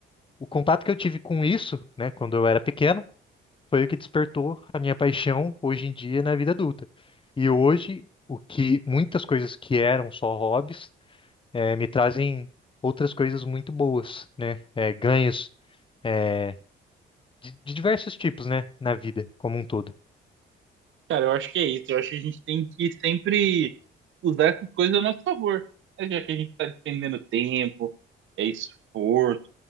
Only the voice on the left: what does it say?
o contato que eu tive com isso, né, quando eu era pequeno, foi o que despertou a minha paixão hoje em dia na vida adulta. E hoje, o que muitas coisas que eram só hobbies, eh, me trazem outras coisas muito boas, né? Eh, ganhos, eh, de de diversos tipos, né, na vida como um todo.